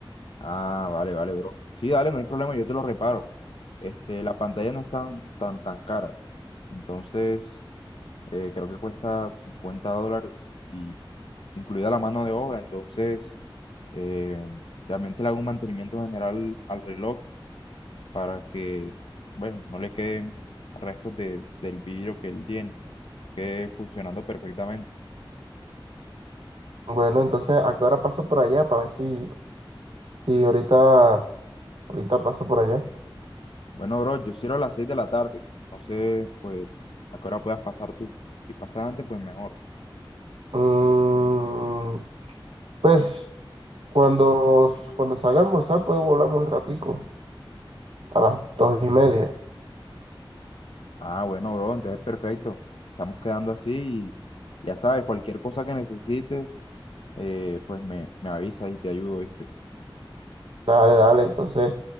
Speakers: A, on the left (about 75°); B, on the right (about 80°).
A: Ah, vale, vale, bro. Sí, dale, no hay problema, yo te lo reparo. Este, la pantalla no es tan, tan, tan cara. Entonces, eh, creo que cuesta 50 dólares y incluida la mano de obra. Entonces, eh, realmente le hago un mantenimiento general al reloj para que, bueno, no le queden restos de, del vidrio que él tiene, quede funcionando perfectamente.
B: Bueno, entonces, ¿a qué hora paso por allá? Para ver si, si ahorita, ahorita paso por allá.
A: Bueno, bro, yo cierro a las seis de la tarde. No sé, pues, a qué hora puedas pasar tú. Si pasas antes, pues mejor.
B: Mm, pues cuando, cuando salga a almorzar puedo volar un ratico. a las dos y media.
A: Ah, bueno, bro, entonces perfecto. Estamos quedando así y ya sabes, cualquier cosa que necesites, eh, pues me, me avisas y te ayudo, ¿viste?
B: Dale, dale, entonces,